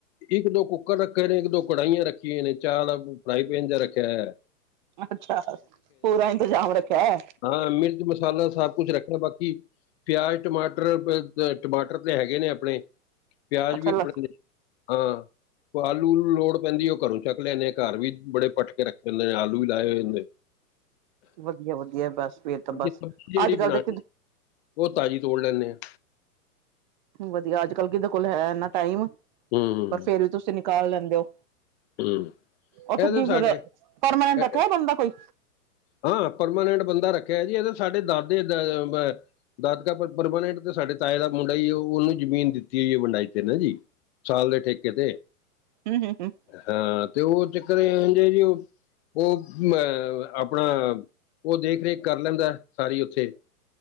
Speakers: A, on the left (about 45°); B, on the right (about 35°).
A: ਇੱਕ-ਦੋ ਕੁੱਕਰ ਰੱਖੇ ਨੇ। ਇੱਕ-ਦੋ ਕੜਾਈਆਂ ਰੱਖੀਆਂ ਨੇ। ਚਾਹ ਆਲਾ ਫਰਾਈ ਪੈਨ ਜਿਹਾ ਰੱਖਿਆ ਏ।
B: ਅੱਛਾ, ਪੂਰਾ ਇਤਜ਼ਾਮ ਰੱਖਿਆ।
A: ਹਾਂ। ਮਿਰਚ-ਮਸਾਲਾ ਸਭ ਕੁਛ ਰੱਖ‌ਇਆ। ਬਾਕੀ ਪਿਆਜ਼, ਟਮਾਟਰ, ਬ ਅ ਟਮਾਟਰ ਹੈਗੇ ਨੇ ਆਪਣੇ। ਪਿਆਜ਼
B: ਅੱਛਾ
A: ਵੀ
B: ਲ
A: ਆਪਣੇ ਨੇ। ਹਾਂ। ਓ ਆਲੂ-ਊਲੂ ਲੋੜ ਪੈਂਦੀ ਏ, ਉਹ ਘਰੋਂ ਚੱਕ ਲੈਂਨੇ ਆ। ਘਰ ਵੀ ਬੜੇ ਪੱਟਕੇ ਰੱਖੇ ਹੁੰਦੇ ਨੇ। ਆਲੂ ਵੀ ਲਾਏ ਹੋਏ ਨੇ।
B: ਵਧੀਆ-ਵਧੀਆ। ਬਸ ਫੇਰ ਤਾਂ
A: ਬਾਕੀ
B: ਬਸ
A: ਸਬਜ਼ੀ ਜਿਹੜੀ
B: ਅੱਜ-ਕੱਲ੍ਹ
A: ਬਣਾਉਣੀ
B: ਦੇ
A: ਉਹ ਤਾਜ਼ੀ ਤੋੜ ਲੈਂਨੇ ਆ।
B: ਵਧੀਆ, ਅੱਜ-ਕੱਲ੍ਹ ਕੀਦੇ ਕੋਲ ਹੈ ਐਂਨਾ ਟਾਈਮ।
A: ਹੂੰ
B: ਪਰ ਫੇਰ ਵੀ ਤੁਸੀਂ ਨਿਕਾਲ ਲੈਂਦੇ ਓ।
A: ਹੂੰ
B: ਉੱਥੇ
A: ਇਹ ਤਾਂ
B: ਕੀ
A: ਸਾਡੇ
B: ਫਿਰ, ਪਰਮਾਨੈਂਟ
A: ਇਹ-
B: ਰੱਖਿਆ ਏ ਬੰਦਾ ਕੋਈ।
A: ਹਾਂ, ਪਰਮਾਨੈਂਟ ਬੰਦਾ ਰੱਖਿਆ ਜੀ। ਇਹਦੇ ਸਾਡੇ ਦਾਦੇ ਦਾ ਅ ਦਾਦਕਾ ਪਰਮਾਨੈਂਟ ਤੇ ਸਾਡੇ ਤਾਏ ਦਾ ਮੁੰਡਾ ਈ ਏ। ਉਹਨੂੰ ਜ਼ਮੀਨ ਦਿੱਤੀ ਹੋਈ ਐ ਵੰਡਾਈ ਤੇ ਨਾ ਜੀ। ਸਾਲ ਦੇ ਠੇਕੇ ਤੇ।
B: ਹਮ-ਹਮ-ਹਮ।
A: ਹਾਂ ਤੇ ਉਹ ਚੱਕਰ ਇਹੋ ਜੇ ਜੀ। ਉਹ-ਉਹ ਮੈਂ ਅਹ ਆਪਣਾ ਉਹ ਦੇਖ-ਰੇਖ ਕਰ ਲੈਂਦਾ, ਸਾਰੀ ਉੱਥੇ।